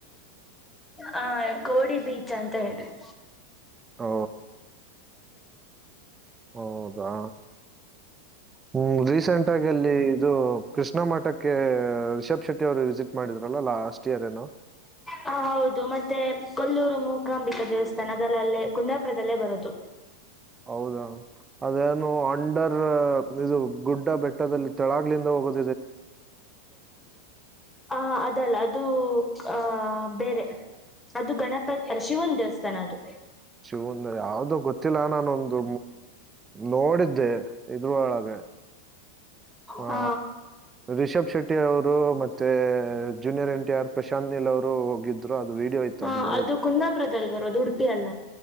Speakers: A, in the centre; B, on the right.
A: ಹ ಕೋಡಿ ಬೀಚ್ ಅಂತ ಹೇಳಿ <inaudible>
B: ಓ ಹೌದಾ ಹ್ಮ ರೀಸೆಂಟ್ ಆಗ ಅಲ್ಲಿ ಇದು ಕೃಷ್ಣ ಮಠಕ್ಕೆ. ರಿಷಬ್. ಶೆಟ್ಟಿ ಅವರು ವಿಸಿಟ್ ಮಾಡಿದ್ರಲ್ಲ ಲಾಸ್ಟ್ ಇಯರ್ ಏನೋ
A: ಹ ಹೌದು ಮತ್ತೆ ಕೊಲ್ಲೂರು ಮೂಕಾಂಬಿಕಾ ದೇವಸ್ಥಾನ ಅದೆಲ್ಲ ಅಲ್ಲೇ ಕುಂದಾಪುರದಲ್ಲೇ ಬರೋದು.
B: ಹೌದಾ ಅದೇನು ಅಂಡರ್ ಇದು ಗುಡ್ಡ ಬೆಟ್ಟದಲ್ಲಿ ತೆಳಾಗ್ಲಿಂದ ಹೋಗುತ್ತ.
A: ಹ ಅದಲ್ಲ ಅದು. ಆಹ ಬೇರೆ. ಅದು ಗಣಪತಿ ಶಿವನ ದೇವಸ್ಥಾನ ಅದು.
B: ಶಿವನ್ ಯಾವುದೋ ಗೊತ್ತಿಲ್ಲ ನಾನೊಂದು ನೋಡಿದ್ದೆ. ಇದ್ರ ಒಳಗೆ ಆ
A: ಹ
B: ರಿಷಬ್ ಶೆಟ್ಟಿ ಅವರು ಮತ್ತೆ. Junior N T R Prashanth Neel ಅವರು ಹೋಗಿದ್ರು. ಅದು ವಿಡಿಯೋ ಇತ್ತು
A: ಹಾ
B: ನೋಡಿದ್ದೆ
A: ಅದು ಕುಂದಾಪುರದಲ್ಲಿ ಬರುದು ಉಡುಪಿ ಅಲ್ಲ.